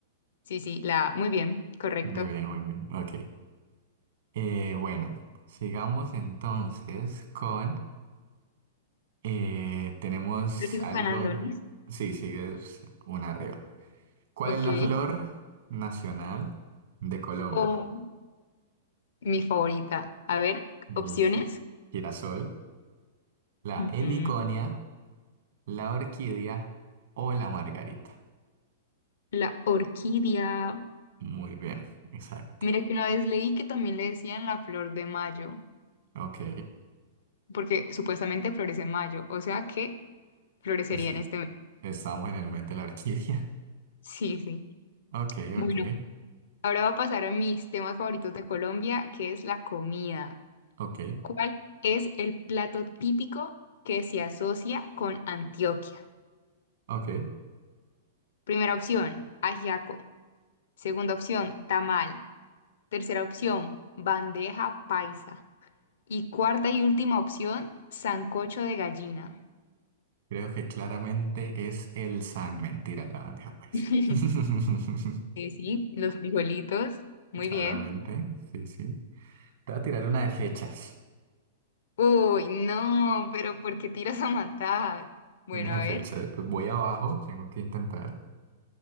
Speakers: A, on the left; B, on the right.
A: Sí, sí, la A. Muy bien, correcto.
B: Muy bien, muy bien. Ok. Eh, bueno, sigamos entonces con... eh, tenemos
A: Pero sigo
B: algo...
A: ganando, ¿no?
B: Sí, sigue una arriba. ¿Cuál
A: Ok.
B: es la flor nacional de Colombia?
A: O mi favorita. A ver,
B: ¿El
A: opciones.
B: girasol, la
A: Ujú.
B: heliconia, la orquídea o la margarita?
A: La orquídea.
B: Muy bien, exacto.
A: Mira que una vez leí que también le decían la flor de mayo,
B: Ok.
A: porque supuestamente florece en mayo, o sea que florecería
B: Es-
A: en este mes.
B: estamos en el mes de la orquídea.
A: Sí, sí.
B: <laughs> Ok,
A: Bueno,
B: ok,
A: ahora va a pasar a mis temas favoritos de Colombia, que es la comida.
B: ok,
A: ¿Cuál es el plato típico que se asocia con Antioquia?
B: ok.
A: Primera opción, ajiaco. Segunda opción, tamal. Tercera opción, bandeja paisa. Y cuarta y última opción, sancocho de gallina.
B: Creo que claramente es el San. Mentira, la bandeja paisa.
A: <laughs>
B: <laughs>
A: Sí, sí, los frijolitos. Muy
B: Claramente,
A: bien.
B: sí, sí. Te voy a tirar una de fechas.
A: Uy, no, pero ¿por qué tiras a matar? Bueno,
B: Una de
A: a
B: fechas.
A: ver.
B: Voy abajo, tengo que intentar.